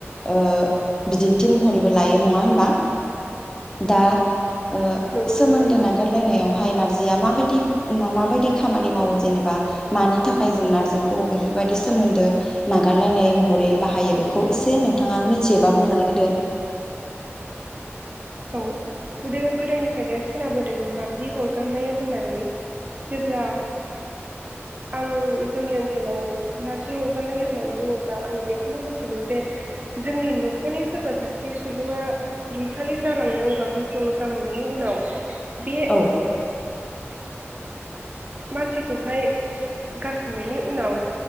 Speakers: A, on the left; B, on the right.
A: ओ बिदिन्थि महरैबो लायो नङा होमब? दा- ओ
B: नंगौ
A: सोमोन्दो
B: नोंथां
A: नागारलायनायाव बाहाय नारजिया माबायदि माबायदि खामानि मावो जेनेबा मानि थाखाय जों नारजिखौ बेफोरबायदि सोमोन्दो नागारलायनाय महरै बाहायो बेखौ एसे नोंथाङा मिथियोबा बुंनानै होदो
B: औ गोदो गोदोनिफ्रायनो खोनाबोदों नारजि अरगारनाय होननानै जेब्ला आं जोंनि ओनसोलाव नारजि हरगारनाय होननानै बुङोब्ला आङो बेखौनो मिथिगौ जे जोंनि न'खरनि सोरबा सासे सुबुङा रुंसारि जालांदों एबा मुंख्लं जालांनायनि उनाव बे
A: औ
B: मानसिखौहाय गारखांनायनि उनाव